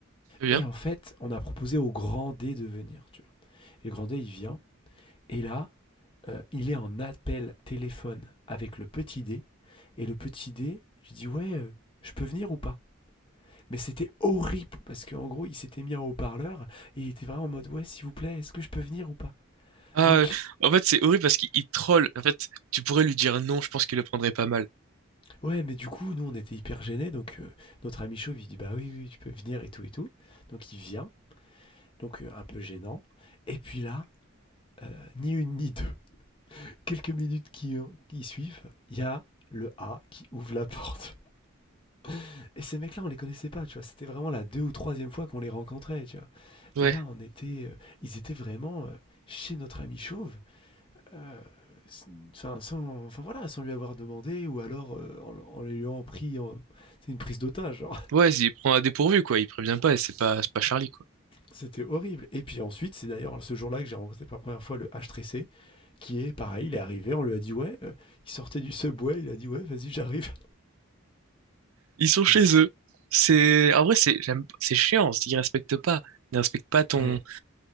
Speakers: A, on the right (about 75°); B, on the left (about 25°).
A: Très bien.
B: et en fait, on a proposé au grand D de venir, tu vois? Et le grand D, il vient et là, heu, il est en appel téléphone avec le petit D et le petit D, je dis: «Ouais, heu, je peux venir ou pas?» mais c'était horrible parce qu'en gros, il s'était mis en haut-parleur et il était vraiment en mode: «Ouais, s'il vous plaît, est-ce que je peux venir ou pas?»
A: Ah,
B: donc
A: euh, en fait, c'est horrible parce qu'il il troll. En fait, tu pourrais lui dire non, je pense qu'il le prendrait pas mal.
B: Ouais, mais du coup, nous, on était hyper gênés. Donc, heu, notre ami chauve, il dit: «Bah, oui, oui, oui, tu peux venir et tout et tout». Donc, il vient, donc, heu, un peu gênant et puis là, heu, ni une ni deux, <laughs> quelques minutes qui euh, qui suivent, il y a le A qui ouvre la porte <laughs> et ces mecs-là, on les connaissait pas, tu vois? C'était vraiment la 2 ou troisième fois qu'on les rencontrait, tu vois?
A: Ouais,
B: Et là, on était, heu, ils étaient vraiment, heu, chez notre ami chauve, heu, s enfin, sans enfin, voilà, sans lui avoir demandé ou alors, heu, en en lui ayant pris en tu une prise d'otage, hein.
A: ouais, il prend à dépourvu, quoi. Il prévient pas et c'est pas, c'est pas Charlie, quoi.
B: C'était horrible. Et puis ensuite, c'est d'ailleurs ce jour-là que j'ai rencontré pour la première fois le H3C, qui est pareil, il est arrivé, on lui a dit ouais, euh, il sortait du subway, il a dit ouais, vas-y, j'arrive.
A: Ils sont chez
B: <laughs> Donc,
A: eux. C'est, en vrai, c'est, j'aime- c'est chiant. Ils respectent pas. Ils respectent pas ton,
B: ouais.